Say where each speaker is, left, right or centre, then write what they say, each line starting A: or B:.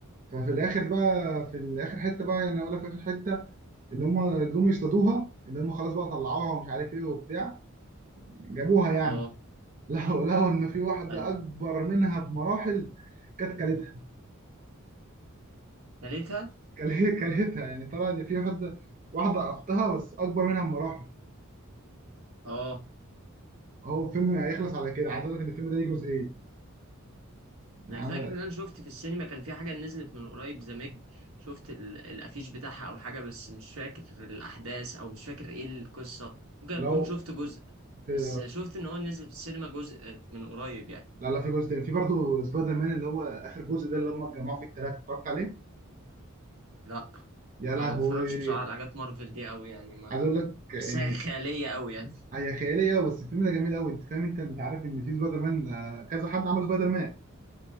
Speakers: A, on the right; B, on the right.
A: ففي الاخر بقى في الاخر حته بقى يعني اقول لك في اخر حته اللي هم جم يصطادوها اللي هم خلاص بقى طلعوها ومش عارف ايه وبتاع جابوها يعني
B: اه
A: <laughs> لقوا لقوا ان في واحده
B: ايوه
A: اكبر منها بمراحل كانت كلتها
B: تالتها
A: كل- <laughs> كلتها يعني طلع ان في واحده واحده اختها بس اكبر منها بمراحل
B: اه
A: هو الفيلم هيخلص على كده عايز اقول لك ان الفيلم ده ليه جزئين يعني
B: انا فاكر
A: أنا
B: ان انا شفت في السينما كان في حاجه نزلت من قريب زمج شفت ال- الافيش بتاعها او حاجه بس مش فاكر الاحداث او مش فاكر ايه القصه ممكن
A: لو
B: اكون شفت جزء
A: في
B: بس شفت ان هو نزل في السينما جزء من قريب يعني
A: لا لا في جزء تاني في برضه سبايدر مان اللي هو اخر جزء ده اللي هم اتجمعوا فيه الثلاثه اتفرجت عليه
B: لا
A: يا لهوي
B: انا ما بتفرجش بصراحه على حاجات مارفل دي قوي يعني ما
A: عايز اقول لك ان
B: بحسها خياليه قوي يعني
A: هي خياليه أوي، بس الفيلم ده جميل قوي انت فاهم انت انت عارف ان في سبايدر مان آه، كذا حد عمل سبايدر مان